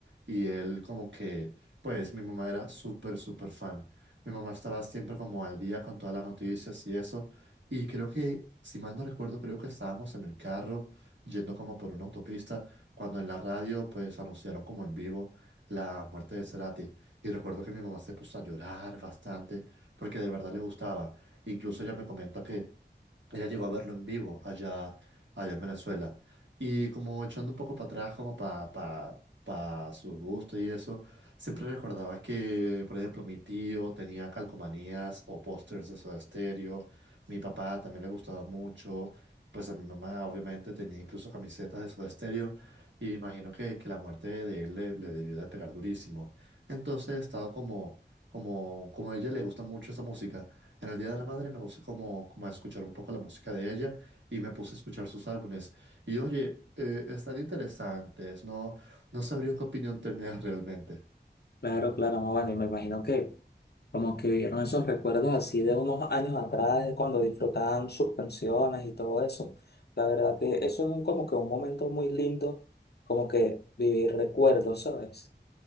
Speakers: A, on the right; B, on the left.
A: Y él como que, pues mi mamá era súper, súper fan. Mi mamá estaba siempre como al día con todas las noticias y eso. Y creo que, si mal no recuerdo, creo que estábamos en el carro yendo como por una autopista cuando en la radio pues anunciaron como en vivo la muerte de Cerati. Y recuerdo que mi mamá se puso a llorar bastante porque de verdad le gustaba. Incluso ella me comenta que ella llegó a verlo en vivo allá, allá en Venezuela. Y como echando un poco para atrás, como para pa, pa pa su gusto y eso, siempre recordaba que, por ejemplo, mi tío tenía calcomanías o pósters de Soda Stereo. Mi papá también le gustaba mucho. Pues a mi mamá, obviamente, tenía incluso camisetas de Soda Stereo. Y imagino que, que la muerte de él le, le debió de pegar durísimo. Entonces he estado como, como, como a ella le gusta mucho esa música. En el Día de la Madre me puse como, como a escuchar un poco la música de ella y me puse a escuchar sus álbumes. Y oye, eh, están interesantes, no, no sabría qué opinión tener <laughs> realmente.
B: Claro, claro, no, bueno, y me imagino que Como que vivieron esos recuerdos así de unos años atrás, de cuando disfrutaban sus canciones y todo eso. La verdad que eso es un- como que un momento muy lindo, como que vivir recuerdos, ¿sabes?